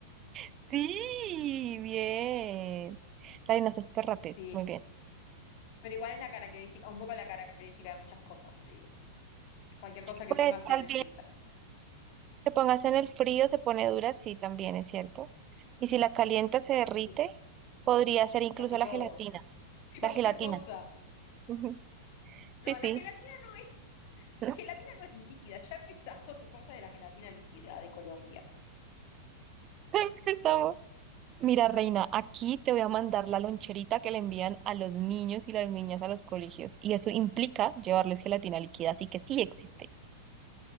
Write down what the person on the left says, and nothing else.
Y sí.
Pero igual es la característica, un poco la característica de muchas cosas, te digo. Cualquier cosa que
pongas
en el freezer.
Y sí,
casi
todo.
<laughs> Sí,
cualquier
cosa.
No,
la gelatina no es, <laughs>
la gelatina no es líquida. Ya empezás con tus cosas de la gelatina líquida de Colombia.